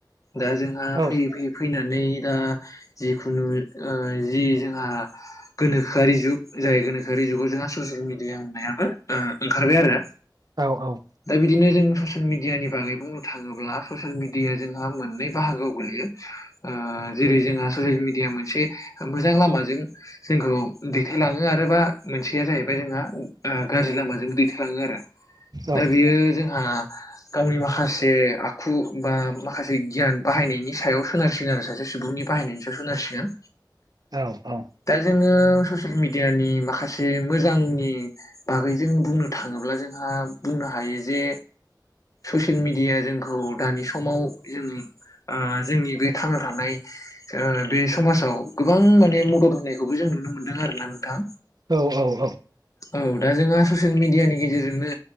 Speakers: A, on the left; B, on the right.
A: दा जोंहा
B: औ
A: फैयै फैयै फैनानै नै दा जिखुनु ओ जि जोंहा गोनोखोआरि जुग जाय गोनोखोआरि जुगाव जोंहा ससियेल मिडिया होननायाबो ओ ओंखारबाय आरो
B: औ औ।
A: दा बिदिनो जों ससियेल मिडियानि बागै बुंनो थाङोब्ला ससियेल मिडियाया जोंहा मोननै बाहागोआव गोग्लैयो ओ जेरै जोंहा ससियेल मिडिया मोनसे मोजां लामाजों जोंखौ दैथायलाङो आरो बा मोनसेया जाहैबाय जोंहा ओ गाज्रि लामाजों दैथालाङो आरो
B: औ
A: दा बेयो जोंहा गावनि माखासे आखु बा माखासे गियान बाहायनायनि सायाव सोनारसिगोन आरो सासे सुबुंनि बाहायनायनि सायाव सोनारसिगोन।
B: औ औ।
A: दा जोङो ससियेल मिडियानि माखासे मोजांनि बागैजों बुंनो थाङोब्ला जोंहा बुंनो हायो जे ससियेल मिेडिया जोंखौ दानि समाव जों ओ जोंनि बे थांना थानाय बे समाजाव गोबां माने मदद होनायखौबो जों नुनो मोनदों आर ना नोंथां
B: औ औ औ
A: औ दा जोंहा ससियेल मिडियानि गेजेरजोंनो